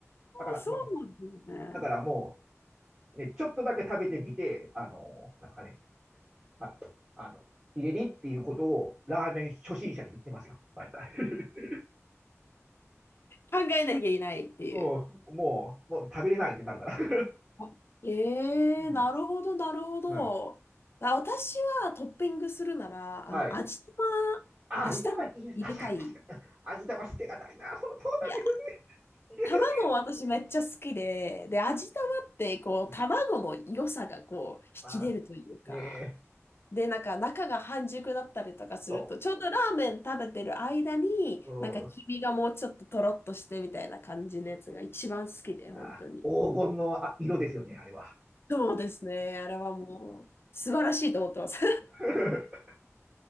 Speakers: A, on the right; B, on the left.
A: だから、
B: そうなんですね。
A: ま、だからもう、ね、ちょっとだけ食べてみて、あの、なんですかね、ああの、入れりっていうことをラーメン初心者に言ってますよ、毎回。<laughs>
B: 考えなきゃいけないっていう。
A: うん、もう、もう食べれないってなるから。<laughs>
B: あええなるほど、
A: うん
B: なるほど。
A: うん、
B: あ、私はトッピングするなら、
A: はい。
B: あの、味玉、
A: あ、
B: 味玉入れたい。
A: 味玉いいです。確かに、確かに。味玉捨てがたいな。そう、そうなんですよね。
B: いや
A: いいですよね。
B: 卵私めっちゃ好きで、で、味玉ってこう、
A: うん、
B: 卵の良さがこう、引き出るというか、
A: あ、ねえ、
B: で、なんか中が半熟だったりとかすると、
A: そ
B: ちょうどラーメン食べてる間に、
A: う。
B: なんか黄身がもうちょっととろっとしてみたいな感じのやつが一番好きで、
A: うん、あ、
B: 本当に。
A: 黄金のあ色ですよね、あれは。
B: そうですね。あれはもう、素晴らしいと思ってます。
A: <laughs>